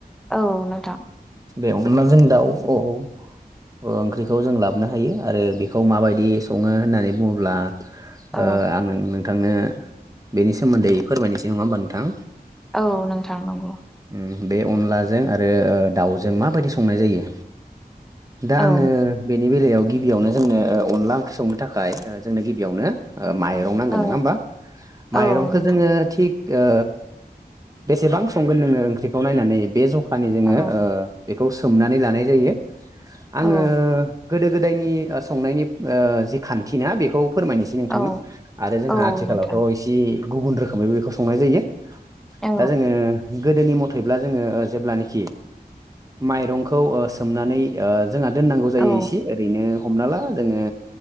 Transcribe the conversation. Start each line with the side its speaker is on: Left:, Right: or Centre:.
Centre: औ नोंथां
Right: बे अनलाजों दाउ औ औ ओंख्रिखौ जों लाबोननो हायो आरो बेखौ माबायदि संङो होननानै बुङोब्ला ओ
Centre: औ
Right: आं नोंथांनो बेनि सोमोन्दै फोरमायनोसै नङा होमबा नोंथां
Centre: औ नोंथां नंगौ
Right: उम बे अनलाजों आरो दाउजों माबायदि संनाय जायो? दा आंङो
Centre: औ
Right: बेनि बेलायाव गिबियावनो जोंनो अनला ओंख्रि संनो थाखाय जोंनो गिबियावनो ओ माइरं नांगोन
Centre: औ
Right: नोंङा होमबा
Centre: औ
Right: माइरंखौ
Centre: नोंथां
Right: जोंङो थिग ओ बेसेबां संगोन नोंङो ओंख्रिखौ नायनानै बे जखानि जोंङो
Centre: औ
Right: ओ बेखौ सोमनानै लानाय जायो
Centre: औ
Right: आङो गोदो गोदायनि ओ संनायनि ओ जि खान्थि ना बेखौ फोरमायनोसै नोंथांनो
Centre: औ
Right: आरो जोंहा
Centre: औ
Right: आथिखालावथ'
Centre: नोंथां
Right: एसे गुबुन रोखोमै बेखौ संनाय जायो।
Centre: औ
Right: दा जोंङो गोदोनि मथेब्ला जोंङो जेब्लानेखि माइरंखौ ओ सोमनानै ओ जोंहा दोननांगौ जायो
Centre: औ
Right: इसे ओरैनो हमना ला जोंंङो